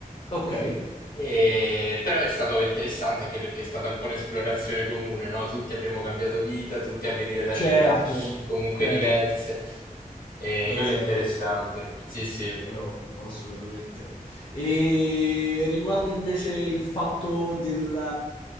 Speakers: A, on the left; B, on the left.
A: Okay,
B: e- però è stato interessante anche perché è stata un po' un'esplorazione comune, no? Tutti abbiamo cambiato vita, tutti a venire da
A: certo,
B: città comunque
A: certo,
B: diverse, e
A: da
B: quello
A: zero.
B: è interessante, sì sì.
A: È ottimo, assolutamente. E riguardo invece il fatto del